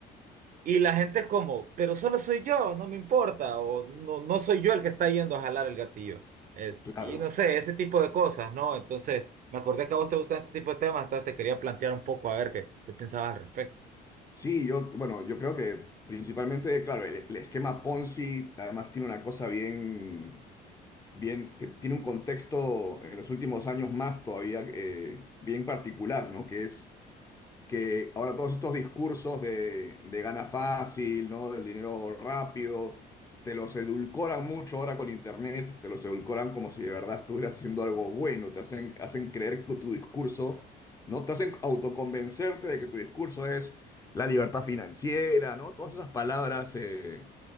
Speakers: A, on the right; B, on the left.
A: y la gente es como, pero solo soy yo, no me importa, o no, no soy yo el que está yendo a jalar el gatillo. Es,
B: claro.
A: y no sé, ese tipo de cosas, ¿no? Entonces, me acordé que a vos te gustan este tipo de temas, entonces te quería plantear un poco a ver qué, qué pensabas al respecto.
B: Sí, yo, bueno, yo creo que principalmente, claro, el, el esquema Ponzi además tiene una cosa bien, bien, que tiene un contexto en los últimos años más todavía eh, bien particular, ¿no? Que es que ahora todos estos discursos de, de gana fácil, ¿no? Del dinero rápido, te los edulcoran mucho ahora con internet, te los edulcoran como si de verdad estuvieras haciendo algo bueno, te hacen, hacen creer que tu discurso, ¿no? Te hacen autoconvencerte de que tu discurso es la libertad financiera, ¿no? Todas esas palabras eh,